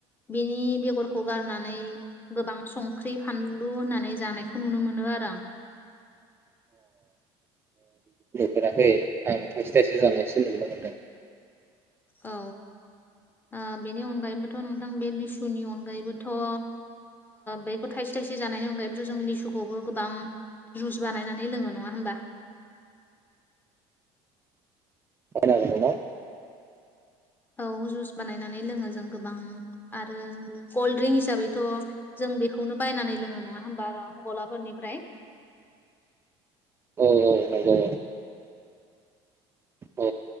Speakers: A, on the left; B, on the right.
A: बेनि बेगरखौ गारनानै गोबां संख्रि फानलु होनानै जानायखौ नुनो मोनो आरो आं
B: फेराखै आं थाइसे थाइसे जानायसो नुनो मोनदों।
A: औ ओ बेनि अनगायैबोथ' नोंथां बे लिसुनि अनगायैबोथ' ओ बेखौ थाइसे थाइसे जानायनि अनगायैबोथ' जों लिसुखौबो गोबां जुस बानायनानै लोङो नङा होमबा?
B: बायना मोनो न'
A: औ जुस बानायनानै लोङो जों गोबां आरो कल्ड द्रिंक हिसाबैथ' जों बेखौनो बायनानै लोङो नङा होमबा गलाफोरनिफ्राय।
B: औ नंगौ औ